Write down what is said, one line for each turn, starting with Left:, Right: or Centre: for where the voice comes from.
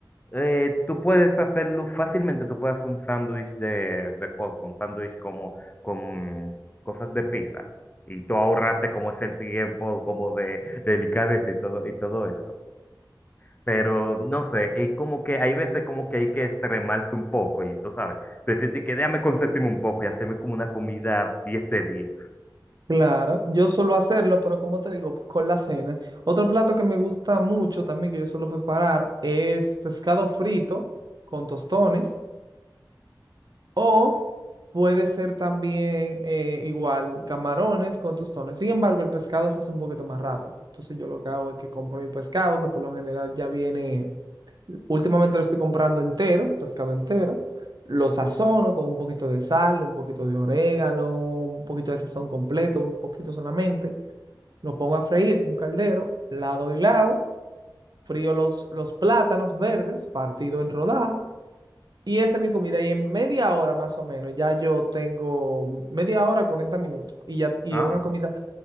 Left: eh, tú puedes hacerlo fácilmente, tú puedes hacer un sándwich de, de cosas, un sándwich como con cosas de pizza. Y tú ahorraste como es el tiempo, como de, de delicadeza y todo, y todo eso. Pero no sé, es como que hay veces como que hay que extremarse un poco y tú sabes, decirte que déjame consentirme un poco y hacerme como una comida 10 de diez
Right: Claro, yo suelo hacerlo, pero como te digo, con la cena. Otro plato que me gusta mucho también, que yo suelo preparar, es pescado frito con tostones. O puede ser también eh, igual camarones con tostones. Sin embargo, el pescado se hace un poquito más rápido. Entonces yo lo que hago es que compro mi pescado, que por lo general ya viene, últimamente lo estoy comprando entero, pescado entero. Lo sazono con un poquito de sal, un poquito de orégano, un poquito de sazón completo, un poquito solamente lo pongo a freír en un caldero, lado y lado, frío los, los plátanos verdes partido en rodaja y esa es mi comida. Y en media hora más o menos, ya yo tengo media hora, 40 minutos y ya y
Left: Ah,
Right: es una comida